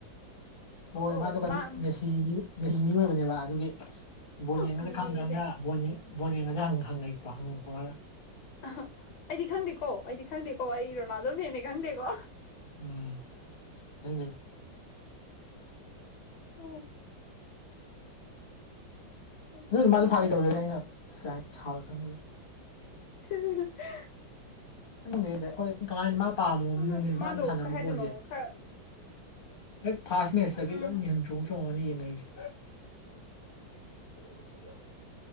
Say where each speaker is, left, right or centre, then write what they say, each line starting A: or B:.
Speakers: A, on the left; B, on the left.
A: ꯍꯣꯏ
B: ꯑꯣ
A: ꯃꯥꯗꯣ ꯀꯩꯅ
B: ꯃꯥ
A: ꯃꯦꯁꯤꯒꯤ ꯃꯦꯁꯤꯒꯤ ꯃꯤ ꯑꯣꯏꯕꯅꯦꯕ ꯑꯗꯨꯒꯤ ꯕꯣꯟ ꯌꯦꯡꯉꯗꯤ
B: ꯃꯦꯁꯤꯒꯤ
A: ꯈꯪ ꯈꯪꯅ
B: ꯐꯦꯟ
A: ꯕꯣꯟ ꯌꯦꯡꯒꯗꯔ ꯍꯪ ꯍꯪꯉꯩꯕ ꯍꯪꯉꯛꯄ ꯃꯥꯅ
B: ꯑ ꯑꯩꯗꯤ ꯈꯪꯗꯦꯀꯣ ꯑꯩꯗꯤ ꯈꯪꯗꯦꯀꯣ ꯑꯩ ꯔꯣꯅꯥꯜꯗꯣ ꯐꯦꯅꯦ ꯈꯪꯗꯦꯀꯣ
A: ꯎꯝ ꯏ
B: ꯑꯣꯐ ꯑꯩꯗꯤ
A: ꯑꯗꯨ
B: ꯈꯪꯗꯦ
A: ꯃꯥꯁꯨ ꯐꯥꯒꯤ ꯇꯧꯖꯩꯅꯦ ꯑꯩꯅ ꯁꯥꯎꯏ ꯈꯪꯕꯗꯤ
B: ꯍꯤ ꯍꯤ ꯍꯤ
A: ꯪꯅꯦ ꯑꯩꯈꯣꯏ ꯀꯃꯥꯏꯅ ꯃꯥ ꯄꯥꯝꯃꯕꯅꯤꯅꯅꯦ
B: ꯑꯗꯣ
A: ꯃꯥꯅ
B: ꯃꯥꯗꯣ
A: ꯁꯥꯟꯅꯕ
B: ꯀꯩ ꯍꯥꯏꯗꯣꯏꯅꯣ
A: ꯕꯣꯜꯁꯦ
B: ꯈꯔ
A: ꯍꯦꯛ ꯐꯥꯁ ꯃꯦꯁꯇ
B: ꯎꯝ
A: ꯑꯗꯨꯝ ꯃꯤꯍꯨꯟ ꯆꯣꯡꯉ ꯆꯣꯡꯉꯒ ꯌꯦꯡꯉꯛꯏꯁꯦ <unintelligible>